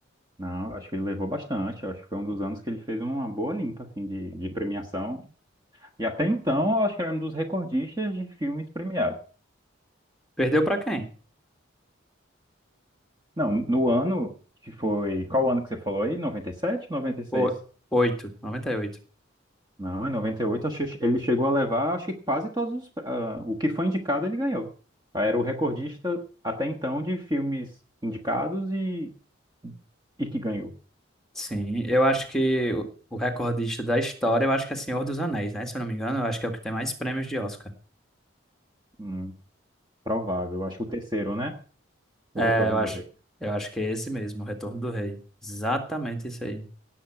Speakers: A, on the right; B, in the centre.
A: Não, acho que ele levou bastante. Eu acho que foi um dos anos que ele fez uma boa limpa, assim, de, de premiação. E até então, eu acho que era um dos recordistas de filmes premiados.
B: Perdeu pra quem?
A: Não, no ano que foi... Qual ano que você falou aí? noventa noventa e sete noventa e seis
B: O, oito, 98.
A: Não, em 98 acho que ele chegou a levar, acho que quase todos os... ah, o que foi indicado, ele ganhou. Era o recordista, até então, de filmes indicados e, e que ganhou.
B: Sim, eu acho que o o recordista da história, eu acho que é Senhor dos Anéis, né? Se eu não me engano, eu acho que é o que tem mais prêmios de Oscar.
A: Hum, provável. Acho que o terceiro, né? O
B: É,
A: Retorno
B: é, eu acho,
A: do Rei.
B: eu acho que é esse mesmo, o Retorno do Rei. Exatamente isso aí.